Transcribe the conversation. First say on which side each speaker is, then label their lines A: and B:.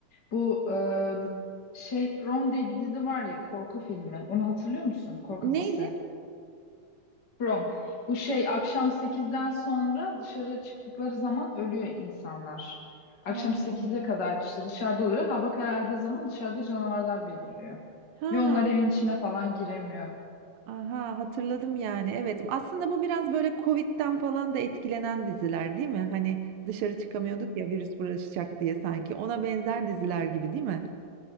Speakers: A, on the left (about 35°); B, on the right (about 80°).
A: Bu e, şey From diye bir dizi var ya korku filmi. Onu hatırlıyor musun? Korku
B: Neydi?
A: dizisi. Prom. Bu şey akşam sekizden sonra dışarı çıktıkları zaman ölüyor insanlar. Akşam
B: Aha.
A: 8'e kadar işte dışarıda oluyor. Hava karardığı zaman dışarıda canavarlar beliriyor.
B: Ha.
A: Ve onlar evin içine falan giremiyor.
B: Aha hatırladım yani. Evet. Aslında bu biraz böyle Covid'den falan da etkilenen diziler değil mi? Hani dışarı çıkamıyorduk ya virüs bulaşacak diye sanki. Ona benzer diziler gibi değil mi?